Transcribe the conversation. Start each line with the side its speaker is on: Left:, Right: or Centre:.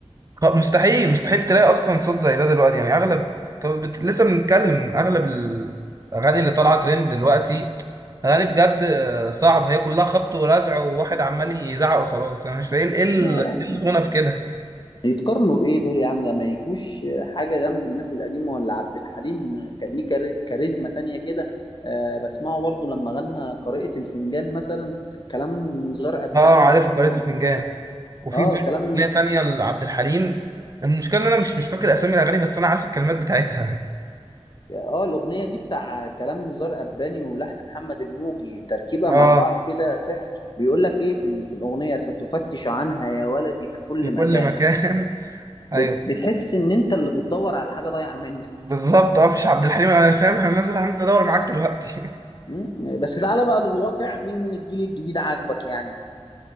Right: خ- مستحيل مستحيل تلاقي اصلا صوت زي ده دلوقتي يعني اغلب طب بت... لسه بنتكلم اغلب الاغاني اللي طالعه ترند دلوقتي اغاني بجد آه، صعب هي كلها خبط ولزع وواحد عمال يزعق وخلاص انا مش فاهم ايه ال-
Left: لا
Right: إيه
Left: لا
Right: الغنى في كده
Left: يتقارنوا بايه دول يا عم ده ما يجوش حاجه جنب الناس القديمه ولا عبد الحليم كان ليه كاري- كاريزما تانية كده آه بسمعه برضو لما غنى قارئة الفنجان مثلا كلام نزار قباني
Right: اه عارفها
Left: ولحن
Right: قارئة الفنجان وفي
Left: اه
Right: برضه
Left: كلام نز...
Right: اغنيه تانية لعبد الحليم المشكله ان انا مش مش فاكر اسامي الاغاني بس انا عارف الكلمات بتاعتها
Left: اه الاغنيه دي بتاع كلام نزار قباني ولحن محمد الموجي تركيبه
Right: <laughs>
Left: مع
Right: اه
Left: بعض كده سحر بيقول لك ايه في, ال... في الاغنيه ستفتش عنها يا ولدي في كل
Right: في كل
Left: مكان
Right: مكان <laughs>
Left: بت...
Right: ايوه
Left: بتحس ان انت اللي بتدور على حاجه ضايعه منك
Right: بالظبط اه مش عبد الحليم انا فاهم انا نازل هنزل ادور معاك دلوقتي
Left: مم. بس تعالى بقى للواقع مين من الجيل الجديد عاجبك يعني